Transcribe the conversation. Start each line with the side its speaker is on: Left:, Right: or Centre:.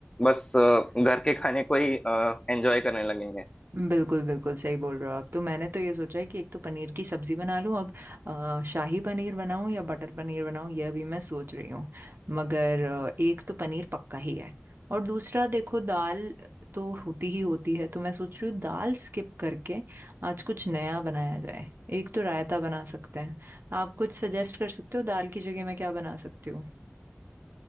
Left: बस अ, घर के खाने को ही एंजॉय करने लगेंगे
Right: बिल्कुल बिल्कुल सही बोल रहे हो आप तो मैंने तो ये सोचा है कि एक तो पनीर की सब्जी बना लूं अब अ, शाही पनीर बनाऊं या बटर पनीर बनाऊं यह भी मैं सोच रही हूँ मगर अ, एक तो पनीर पक्का ही है और दूसरा देखो दाल तो होती ही होती है तो मैं सोच रही हूँ दाल स्किप करके आज कुछ नया बनाया जाए एक तो रायता बना सकते हैं आप कुछ सजेस्ट कर सकते हो दाल की जगह मैं क्या बना सकती हूँ